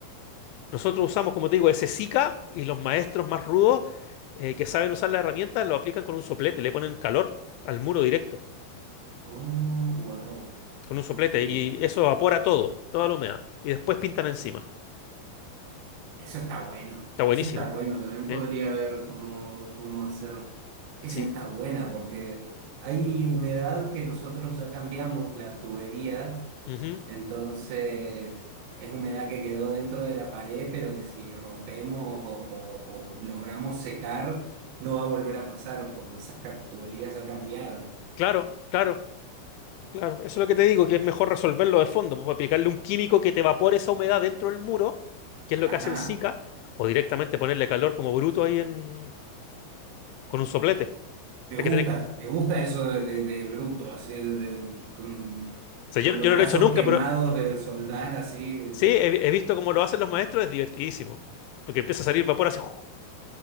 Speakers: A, on the left; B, on the right.
A: Nosotros usamos, como te digo, ese Zika y los maestros más rudos eh, que saben usar la herramienta lo aplican con un soplete, le ponen calor al muro directo,
B: Oh, wow,
A: con un soplete
B: ok.
A: y eso evapora todo, toda la humedad. Y después pintan encima.
B: Eso está bueno,
A: Está buenísimo.
B: eso está bueno, también
A: ¿eh?
B: podría ver cómo, cómo hacerlo. Esa
A: Sí.
B: está buena porque hay humedad que nosotros ya cambiamos la tubería,
A: Ujú.
B: entonces es humedad que quedó dentro de la pared, pero que si rompemos o, o- o logramos secar, no va a volver a pasar porque esas ca- tuberías ya cambiaron.
A: Claro, claro, claro. Eso es lo que te digo, que es mejor resolverlo de fondo, pues aplicarle un químico que te evapore esa humedad dentro del muro, que es lo
B: Ajá,
A: que hace el Zika, o directamente ponerle calor como bruto ahí en, con un soplete.
B: me
A: Hay
B: gusta,
A: que tener...
B: me gusta eso de, de- de bruto, así de, de- con,
A: o sea,
B: con
A: yo, yo
B: los brazos
A: no lo he hecho nunca,
B: quemados
A: pero
B: de soldar, así.
A: Sí, he, he visto cómo lo hacen los maestros, es divertidísimo. Porque empieza a salir vapor así. ¡uf!